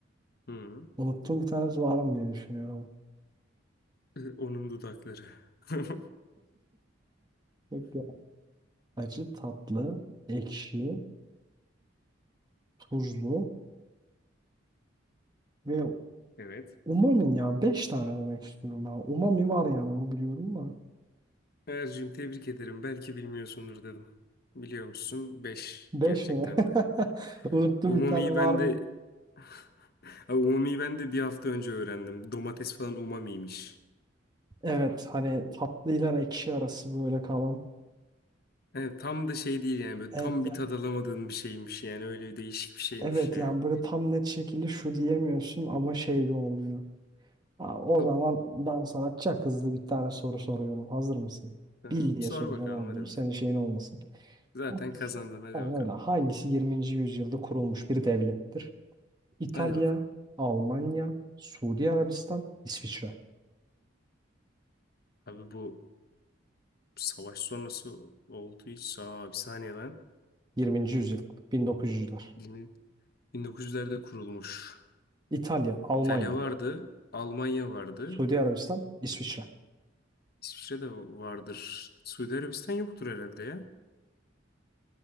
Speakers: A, on the left; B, on the right.
A: Hı.
B: Unuttum bir tanesi var mı diye düşünüyorum.
A: Ee, Onun dudakları. <laughs>
B: Yok ya. Acı tatlı, ekşi, tuzlu ve
A: Evet.
B: umami ya. beş tane demek istiyorum ben. Umami var yani onu biliyorum da.
A: Ercim tebrik ederim. Belki bilmiyorsundur dedim. Biliyormuşsun. beş
B: beş
A: gerçekten
B: mi?
A: de.
B: <laughs> Unuttum
A: Umami'yi
B: bir tane var
A: ben
B: mı?
A: de <laughs> Abi umami'yi ben de bir hafta önce öğrendim. Domates falan umamiymiş.
B: Evet hani tatlı ile ekşi arası böyle kalan.
A: Evet, tam da şey değil yani böyle
B: Evet
A: tam bir tad alamadığın bir şeymiş yani öyle değişik bir şeymiş
B: Evet
A: ya.
B: yani böyle tam net şekilde şu diyemiyorsun ama şey de olmuyor. Ha, o
A: Abi,
B: zaman ben sana çok hızlı bir tane soru soruyorum. Hazır mısın?
A: e,
B: Bil diye
A: sor
B: soracağım
A: bakalım
B: ama
A: hadi
B: bunu
A: bakalım.
B: senin şeyin olmasın.
A: Zaten
B: Hangisi?
A: kazandın hadi
B: Aynen
A: bakalım.
B: öyle. Hangisi 20. yüzyılda kurulmuş bir devlettir? İtalya,
A: Hadi bakalım.
B: Almanya, Suudi Arabistan, İsviçre.
A: Abi bu savaş sonrası oldu hiç. Aa bir saniye lan.
B: 20. yüzyıl, 1900'ler.
A: 20 1900'lerde kurulmuş.
B: İtalya, Almanya,
A: İtalya vardı, Almanya vardı,
B: Suudi Arabistan, İsviçre.
A: İsviçre de vardır. Suudi Arabistan yoktur herhalde ya.